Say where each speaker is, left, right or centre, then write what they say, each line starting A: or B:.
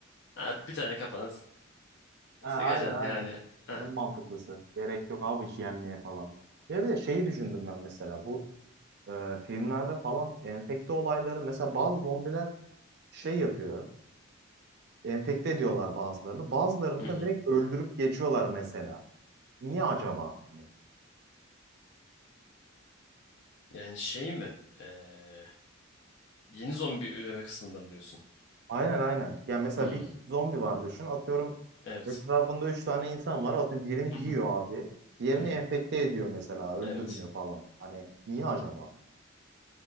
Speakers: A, on the left; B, on the right.
A: Artık bir tane kafana s-
B: Ha,
A: sıkacaksın
B: aynen aynen.
A: yani. Heh,
B: En mantıklısı. Gerek yok abi hiç yenmeye falan. Ya bir de şeyi düşündüm ben mesela. Bu e, filmlerde falan enfekte olayları mesela bazı zombiler şey yapıyor. E, enfekte ediyorlar bazılarını. Bazılarını
A: Hı
B: da
A: hı.
B: direkt öldürüp geçiyorlar mesela. Niye acaba? Hani,
A: Yani şey mi? Ee, yeni zombi üreme kısmında mı diyorsun?
B: aynen aynen. Ya mesela
A: Hmm,
B: bir zombi var düşün. Atıyorum
A: evet.
B: etrafında üç tane insan var. Atıyorum birini
A: Hı
B: yiyor
A: hı.
B: abi. Diğerini
A: Hı hı.
B: enfekte ediyor mesela. Öldürmüyor
A: Evet.
B: falan. Hani niye acaba?